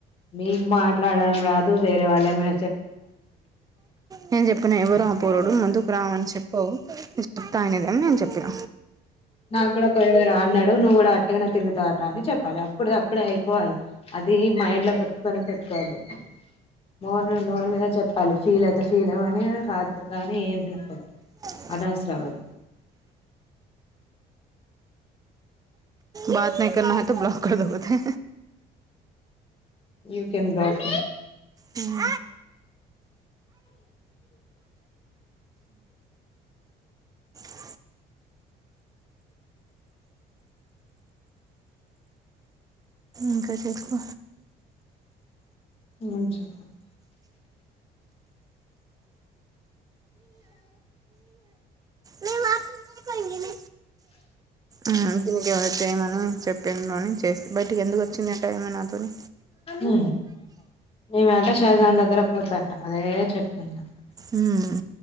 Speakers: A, on the left; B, on the right.
A: మీకు మాట్లాడడం రాదు వేరే వాళ్ళేమై
B: నేను చెప్పిన ఎవరు ఆ పోరడు ముందుకు రమ్మని చెప్ ఓ నేనుచెప్తా అనేదాన్ని నేను చెప్పిన
A: నాక్కూడా ఒకడు ఎవడో అన్నాడు నువ్వు కూడా అట్టిగనే తిరుగుతావ్ అట అని చెప్పలె అప్పుడుది అప్పుడే అయిపోవాలి అది మైండ్ లో పెట్టుకోనే పెట్టుకోవద్దు. నోరు మీద నోరు మీద చెప్పాలి ఫీల్ అయితే ఫీల్ అవని కాతే కానీ ఏమైనా కా
B: ఓ
A: అనవసరం అది
B: బాత నై కర్నా హైతో బ్లాక్కర్దో బోల్తే
A: యూ కెన్ బ్లాక్
B: హ్ము ఊ ఇంకా చెప్పు
A: ఏం చెప్పాలి
B: మ మా కే మ ఆ కిందికి ఎవరై వచ్చెయ్మనూ చెప్పేయిమని బయటికి ఎందుకు వచ్చింది అంట ఆమె నాతోని
A: ఊ ఈమెనంట షైజాన్ దగ్గర పోతదంట అదే చెప్తుంది నాతో.
B: హ్మ్